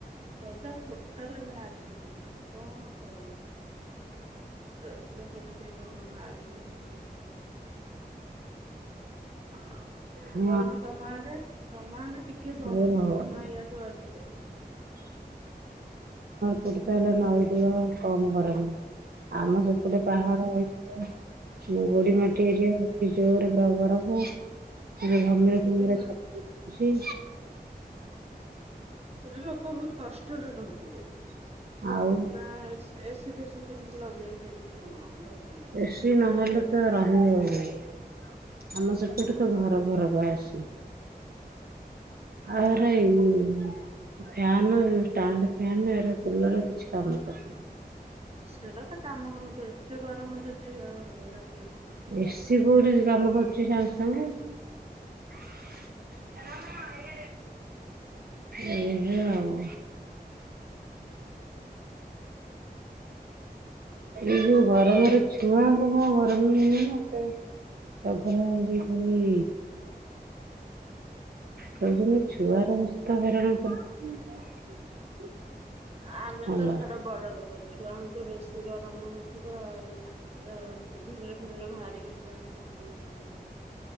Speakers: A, on the right (about 40°); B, on the right (about 70°).
A: ପଦାକୁ ଟୋ ଟାଲ ବାହାରି ହଉନି। କଣ କରିବି। ରଜ କେମିତି କଣ ପାଳିଲେ କେମିତି? ଅ
B: ହଁ।
A: ଗରମ ତମ ଆଡ଼େ ତମ ଆଡ଼େ। ଟିକେ କମଥିବ।
B: ଏ ଭଗବାନ।
A: ନା ୟାଠୁ ଅଧିକ?
B: ସେଠି ତା ହେଲେ ନଈ କୂଳ କମ ଗରମ। ଆମ ସେପଟେ ପାହାଡ଼, ସେଇଥିପାଇଁ ଗୋଡି
A: ହଁ
B: ମାଟି ଏରିଆ। ଏଠି ଜୋର ପୁରା ଗରମ ।ଏବେ ଘମିର
A: ସେଠି
B: ଫମିର ସବୁ ଉଠୁଚି।
A: ସେଠି ଲୋକ ବହୁତ କଷ୍ଟରେ ରହୁଥିବେ।
B: ଆଉ
A: ନା ଏସି ଫେସିି ସେମିତି ଲଗେଇ ସେମିତି କଣ? ରହୁଛନ୍ତି
B: ଏସିି ନହେଲେ ତ ରହି ହଉନି। ଆମ ସେପଟେ
A: ହଁ
B: ତ ଘର ଘର କା ଏସି।
A: ହଁ
B: ଆରେ ଉଁ। ଫ୍ୟାନ ଷ୍ଟାଣ୍ଡ ଫ୍ୟାନ ଏରା କୁଲର କିଛି କାମ କରୁନି।
A: ସେଇଟା ତ କାମ କୁ ନୁହେଁ ଏତେ ଗରମ ଯଦି ଆଉ ଏରା।
B: ଏ ସିି କୋଉଠି ବି କାମ କ ରୁଚି ସାଙ୍ଗେ ସାଙ୍ଗେ। ଏଇ ବା ଆଉ।
A: ଆଉ
B: ଏ ଯୋଉ ଗରମରେ ଛୁଆଙ୍କୁ କଣ ଗରମ ହଉନି ଏତେ। ଚଗଲା ହଉଚି ଖାଲି। ଖେଳୁଛନ୍ତି ଛୁଆ ଗରା ବେଶି ତ ହଇରାଣ କରୁ। <unintelligible>
A: ଆମେ
B: ହେଲା
A: ତ ଛାଡ଼ ବଡ ଲୋକ ଛୁଆ ଙ୍କୁ ତ ବେଶି ଗରମ ହଉଥିବ ଆଉ ଏରା ଘିମିର ଫିମିର ବାହାରିକି। <inaudible>